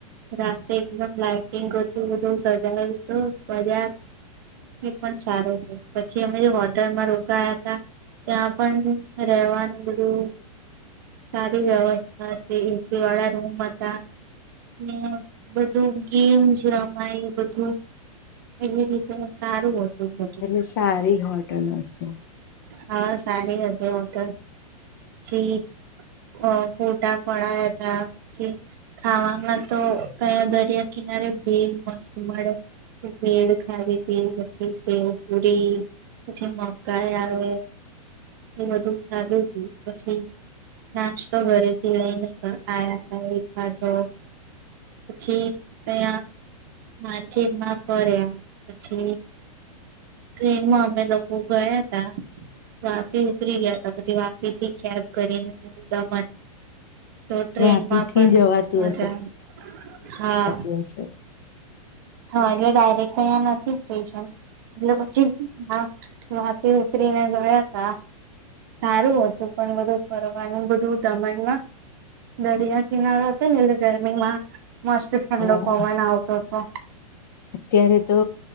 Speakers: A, on the right; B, on the left.
A: રાતે એકદમ લાઈટિંગ હતું બધું સજાયું તું બઝાર- એ પણ સારું છે પછી અમે જે હોટરમાં રોકાયા હતા. ત્યાં પણ રહેવાનું બધું- સારી વ્યવસ્થા હતી એસી વાળા રૂમ હતા. ને હે બધું- કેમ જ રમાય બધું એવી રીતે સારું હતું. બધું
B: એટલે સારી હોટલ હશે.
A: હા સારી હતી હોટલ જી- અ ફોટા પડ્યા હતા ખાવામાં તો કયો દરિયો- કિનારીઓ બેર મસ મળે. ભેડ ખાવી હતી પછી સેવ પુરી પછી મકાઈ આવે. એ બધું ખાધું હતું પછી- નાસ્તો ઘરેથી લઈને આયા તા એ ખાધો. પછી. ત્યાં માર્કેટમાં ફર્યા પછી- ટ્રેનમાં અમે લોકો ગયા તા- વાપી ઉતરી ગયા હતા પછી વાપી થી કેબ કરીને દમણ- તો ટ્રેનમાં
B: વાપી થી
A: પણ
B: જવાતું
A: મજા આવે. હા
B: એવું સે <inaudible>
A: હા એટલે ડાયરેક્ટ તો અહીંયા નથી સ્ટેશન. એટલે પછી વા વાપી ઉતરીને ગયાતા. સારું હતું પણ બધું ફરવાનું બધું દમણમાં- દરિયા કિનારા હતા ને ગરમીમાં મસ્ત- ઠડો
B: હા
A: પવન આવતો હતો.
B: ત્યારે તો